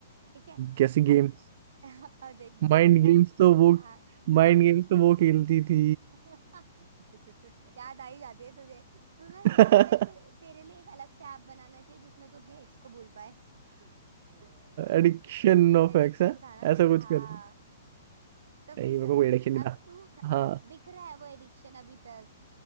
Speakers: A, on the right; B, on the right.
A: ठीक है
B: कैसी गेम्स
A: अब <laughs> अब देख जैसे
B: माइंड
A: क्या
B: गेम्स तो वो
A: हाँ
B: माइंड गेम्स तो वो खेलती थी
A: <laughs> याद आ ही जाती है तुझे तू ना
B: <laughs>
A: मुझे लग रहा है तू तेरे लिए एक अलग से ऐप बनाना चाहिए जिसमें तू अपने एक्स को भूल पाए <laughs>
B: एडिक्शन ऑफ
A: एडिक्शन
B: एक्स है
A: था ना
B: ऐसा
A: तेरा
B: कुछ
A: हाँ
B: कर
A: तो फिर
B: नहीं
A: सुन
B: मेरे को कोई एडिक्शन नहीं
A: अब
B: था
A: तू <laughs>
B: हाँ
A: दिख रहा है वो एडिक्शन अभी तक